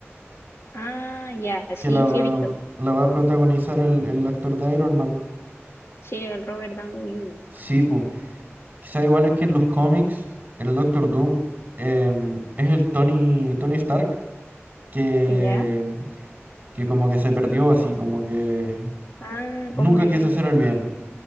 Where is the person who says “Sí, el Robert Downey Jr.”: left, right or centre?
Left